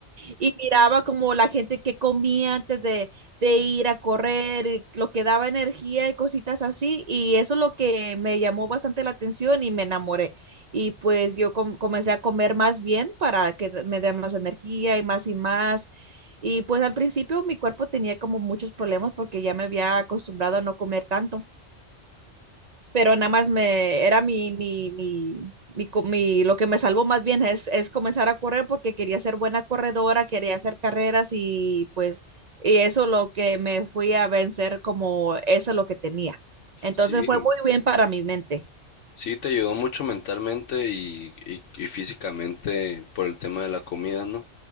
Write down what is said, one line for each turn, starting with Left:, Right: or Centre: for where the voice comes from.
Right: y miraba como la gente que comía antes de, de ir a correr, y lo que daba energía y cositas así, y eso es lo que me llamó bastante la atención y me enamoré. Y pues yo com- comencé a comer más bien para que me dé más energía y más y más y pues al principio mi cuerpo tenía como muchos problemas porque ya me había acostumbrado a no comer tanto, pero nada más me era mi, mi, mi, mi, co- mi- lo que me salvó más bien es, es comenzar a correr porque quería ser buena corredora, quería hacer carreras y pues y eso lo que me fui a vencer como eso es lo que tenía. Entonces
Left: Sí.
Right: fue muy bien para mi mente.
Left: Sí, te ayudó mucho mentalmente y, y- y físicamente por el tema de la comida, ¿no?